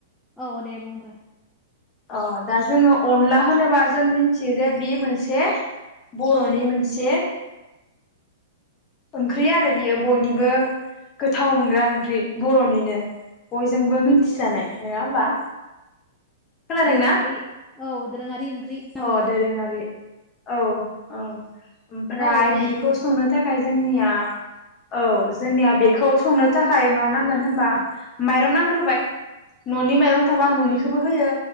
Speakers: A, in the centre; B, on the left (about 30°).
A: औ दे बुंग्रो
B: अ दा जोङो अनला होनोबा जों मिथियो जे बि मोनसे बर'नि मोनसे ओंख्रि आरो बियो बयनिबो गोथाव मोनग्रा ओंख्रि बर'निनो बयजोंबो मिथिजानाय नोङा होमबा खोनादोंना
A: दोरैङारि औ दोरोङारि होनना
B: अ
A: बुङो
B: दोरोंङारि औ औ ओमफ्राय
A: औ दे
B: बेखौ
A: बुंग्रो
B: संनो थाखाय जोंनिया औ जोंनिया बेखौ संनो थाखाय मा नांगोन होम्बा
A: औ
B: माइरं नां होबाय न'नि माइरं थाबा आं न'निखौबो होयो